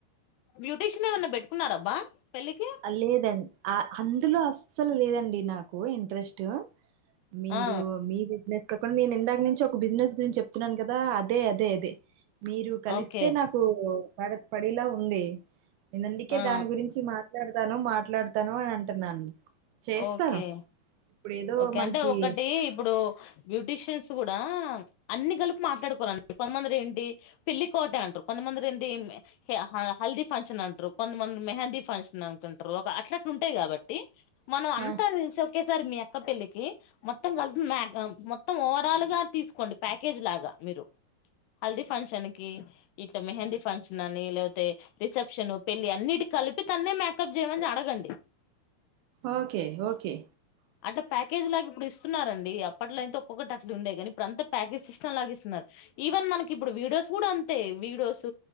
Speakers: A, on the left (about 80°); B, on the right (about 80°).
A: బ్యూటీషియన్ ఏమన్నా పెట్టుకున్నారబ్బా పెళ్ళికి
B: ఆ లేదండి ఆ అందులో అస్సలు లేదండి నాకు ఇంట్రెస్ట్. మీరు
A: ఆ
B: మీ బిజినెస్ కాకుండా నేను ఇందాక నుంచి ఒక బిజినెస్ గురించి చెప్తున్నాను కదా అద్ అదే అదే అదే, మీరు కలిస్తే
A: ఓకే
B: నాకు పడ పడిలా ఉంది. నేను అందుకే
A: ఆ
B: దాని గురించి మాట్లాడతాను మాట్లాడతాను అని అంటున్నాను. చేస్తాను
A: ఓకే,
B: ఇప్పుడు ఏదో
A: ఓకే
B: మనకి
A: అంటే ఒకటి ఇప్పుడు బ్యూటీషియన్స్ కూ దా అన్ని గలుపు మాట్లాడుకోవాలండి, కొంతమందరు ఏంటి పెళ్లి కోట అంటరు కొంతమందలు ఏంటి హా హా హల్దీ ఫంక్షన్ అంటరు, కొంతమంది మెహందీ ఫంక్షన్ అనుకుంటరు, ఒక అట్లా ఉంటాయి కాబట్టి మనం అంత
B: ఆ
A: ఇన్ కేస్ సర్ మీ అక్క పెళ్లి, కి మొత్తం కలిపి మేక మొత్తం ఓవరాల్ గా తీసుకోండి ప్యాకేజ్ లాగా మీరు. హల్ది ఫంక్షన్ కి ఇట్ల మెహందీ ఫంక్షన్ అని లేకపోతే రిసెప్షన్ పెళ్లి అన్నిటి కలిపి కన్నె మేకప్ జెమనీ అడగండి.
B: Okay okay.
A: అట్ట ప్యాకేజ్ లాగా ఇప్పుడు ఇస్తున్నారండి, అప్పట్లో అయితే ఒక్కొక్కటి అట్లు ఉండే కానీ ఇప్పుడు అంత ప్యాకేజ్ సిస్టమ్ లాగా ఇస్తున్న నారు, ఈవెన్ మనకి ఇప్పుడు వీడియోస్ కూడా అంతే, వీడియోస్